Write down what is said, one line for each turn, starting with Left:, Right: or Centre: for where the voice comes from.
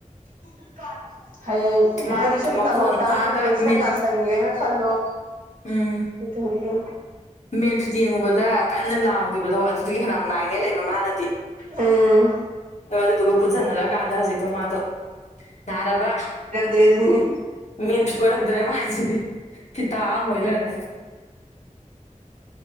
Right: ꯎ <inaudible> ꯍꯌꯦꯡ
Left: ꯃꯥ
Right: ꯍꯥꯏꯗꯤ ꯁꯨꯝ
Left: ꯃꯈꯣꯟ
Right: ꯇꯃꯛ ꯇꯝ
Left: ꯑꯥꯗ
Right: ꯉꯝꯗꯦ
Left: ꯃꯦꯟ
Right: ꯁꯠ ꯅꯥꯁꯟꯒꯔꯦꯅ ꯈꯜꯂꯣ
Left: ꯎꯝ
Right: ꯑ <inaudible>
Left: ꯃꯦꯟ ꯐꯤꯠ ꯌꯦꯡꯉꯨꯕꯗ ꯀꯟꯅ ꯂꯥꯎꯈꯤꯕꯗꯣ ꯑꯗꯨꯒꯤ ꯈꯅꯥꯎ ꯅꯥꯏꯅꯦ ꯂꯩꯕ ꯃꯥꯅꯗꯤ
Right: ꯎꯝ
Left: ꯑꯗꯨꯒ ꯑꯗꯨꯗꯨꯒ ꯄꯨꯟꯁꯤꯟꯅꯔꯛꯀꯥꯟꯗ ꯍꯧꯖꯤꯛꯇꯣ ꯃꯥꯗꯣ ꯅꯥꯔꯕ
Right: ꯂꯩꯗꯅꯤ <inaudible>
Left: ꯃꯦꯟ ꯐꯤꯠ ꯑꯣꯏꯔꯝꯗ꯭ꯔꯦ ꯃꯥꯁꯤꯗꯤ ꯐꯤꯇꯥ ꯑꯃ ꯑꯣꯏꯅ ꯂꯩꯔꯝꯃꯦ